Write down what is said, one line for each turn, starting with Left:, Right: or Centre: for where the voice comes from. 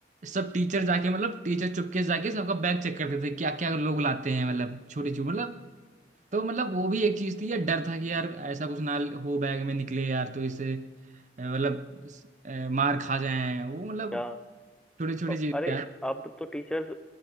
Right: सब टीचर जाके मतलब टीचर चुपके से जाके सबका बैग चेक करते थे क्या क्या लोग लाते हैं मतलब छोटी छोटी मतलब तो मतलब वो भी एक चीज थी यार डर था कि यार ऐसा कुछ ना हो बैग में निकले यार तो इससे अ, मतलब अ, मार खा जाए वो मतलब
Centre: हाँ
Right: छोटी छोटी
Centre: अ-
Right: चीज
Centre: अरे
Right: यार
Centre: अब तो टीचर्स